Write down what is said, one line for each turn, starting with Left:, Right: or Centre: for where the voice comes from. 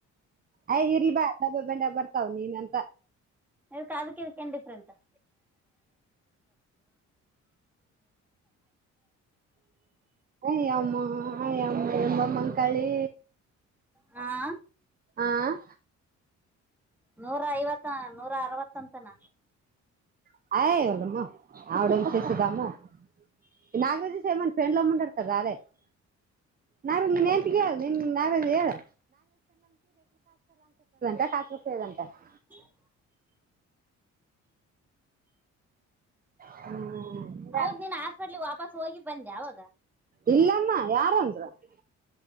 Right: ಅಯ್ ಇರಿ ಬಾ ಡಬ ಬೆಂಡೆ ಬರ್ತಾವ ನೀನ್ಂತ.
Centre: ಇ ಅದಕ್ಕೆಂಡಿಫ್ರಂತ. <inaudible>
Right: ಅಯ್ಯಮ್ಮ ಅಯ್ಯಮ್ಮ ಎಂಬಮ್ಮ ಕಾಳಿ.
Centre: ಹಾ-
Right: ಹಾ-
Centre: ನೂರ ಐವತ್ತ ನೂರ ಅರವತ್ತ ಅಂತನ.
Right: <inaudible> <inaudible> ನಾ ನೆಂತೇಳ ಹೇಳಿ ನಿ ನಾರದ ಹೇಳಿ. <unintelligible> <inaudible>
Centre: <inaudible>
Right: ಹ್ಮ್ತ-
Centre: ಹೌದ್ ನೀನ್ ಹಾಸ್ಪಿಟ್ಲಿಗೆ ವಾಪಸ್ ಹೋಗಿ ಬಂದೆ ಅವಾಗ
Right: ಇಲ್ಲಮ್ಮ ಯಾರಂದರು. <unintelligible>